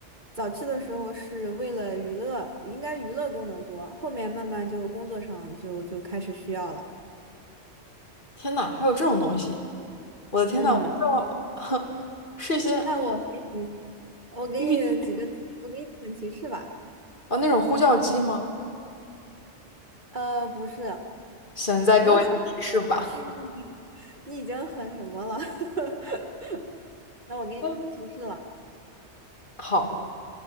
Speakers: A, on the right (about 40°); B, on the left (about 45°).
A: 早期的时候是为了娱乐，应该娱乐功能多，后面慢慢就工作上就就开始需要了。
B: 天呐，还有这种东西！我的天呐，
A: 嗯，
B: 我都不知道，<laughs> 哼，是一些
A: 那我给你，我给你几个，
B: B B
A: 我给你几个提示吧。
B: 啊那种呼叫机吗？
A: 呃，不是，
B: 行，你再给我一点提示吧。
A: 你能想。你已经你已经很什么了？<laughs> 那我给你提示了，
B: 嗯，好